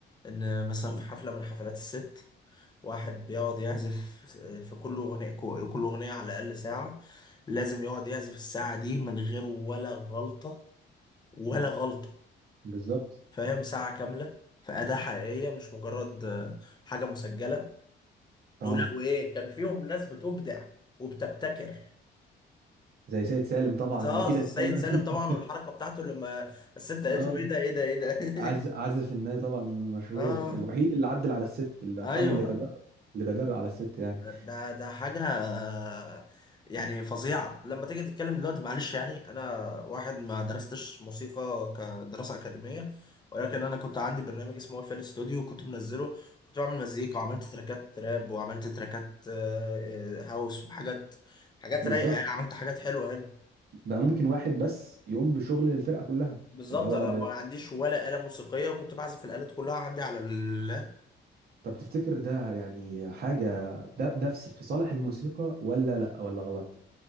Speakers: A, on the left (about 20°); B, on the right (about 50°).
A: ان مثلا
B: آه،
A: في حفله من حفلات الست واحد بيقعد يعزف في كل اغنيه كل اغنيه على الاقل ساعه لازم يقعد يعزف الساعه دي من غير ولا غلطه ولا غلطه
B: بالظبط
A: فاهم ساعه كامله في اداه حقيقيه مش مجرد آه، حاجه مسجله
B: اه
A: ولا وايه كان فيهم ناس بتبدع وبتبتكر
B: زي سيد سالم طبعا
A: اه
B: اكيد
A: السيد
B: هتتكلم
A: سالم
B: <laughs>
A: طبعا والحركه بتاعته لما الست قالت
B: اه
A: له ايه ده ايه ده ايه ده
B: عازف عازف الناي طبعا المشهور
A: <laughs> اه
B: الوحيد اللي عدل على الست اللي
A: ايوه
B: حاول يتجرأ اللي تجرأ على الست يعني
A: ده ده حاجة آه، يعني فظيعة لما تيجي تتكلم دلوقتي معلش يعني أنا واحد ما درستش موسيقى كدراسة أكاديمية ولكن أنا كنت عندي برنامج اسمه اف ال ستوديو وكنت منزله كنت بعمل مزيكا وعملت تراكات تراب وعملت تراكات آه، آه، هاوس وحاجات حاجات
B: بالظبط
A: رايقة يعني عملت حاجات حلوة يعني
B: بقى ممكن واحد بس يقوم بشغل الفرقة كلها
A: بالظبط
B: اللي هو
A: أنا
B: ب...
A: ما عنديش ولا آلة موسيقية وكنت بعزف الآلات كلها عندي على اللاب
B: طب تفتكر ده يعني حاجة ده ده في في صالح الموسيقى ولا لا ولا غلط